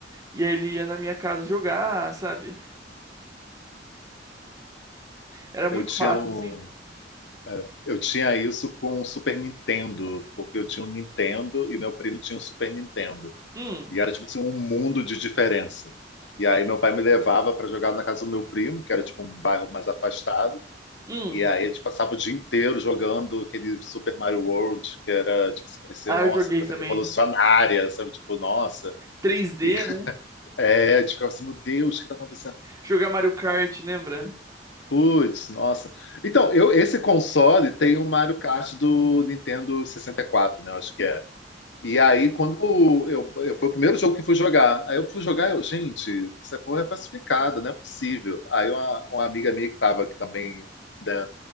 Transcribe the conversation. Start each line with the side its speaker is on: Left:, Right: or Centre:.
Right: E aí ele ia na minha casa jogar, sabe? Era muito
Left: eu tinha
Right: massa,
Left: um,
Right: assim.
Left: é, eu tinha isso com o Super Nintendo, porque eu tinha um Nintendo e meu primo tinha um Super Nintendo.
Right: Hum,
Left: E era tipo assim, um mundo de diferença. E aí meu pai me levava para jogar na casa do meu primo, que era tipo um bairro mais afastado.
Right: hum.
Left: E aí a gente passava o dia inteiro jogando aquele Super Mario World, que era tipo, se parecia,
Right: Ah,
Left: nossa,
Right: eu joguei
Left: coisa
Right: também.
Left: revolucionária, sabe? Tipo, nossa.
Right: 3D,
Left: E,
Right: né?
Left: é, a gente ficava assim, meu Deus, o que tá acontecendo?
Right: Jogar Mario Kart, lembra?
Left: Putz, nossa. Então, eu, esse console tem o Mario Kart do Nintendo 64, né? eu Acho que é. E aí, quando eu, eu- foi o primeiro jogo que fui jogar. Aí eu fui jogar, eu, gente, essa porra é falsificada, não é possível. Aí uma, uma amiga minha que tava aqui também, né,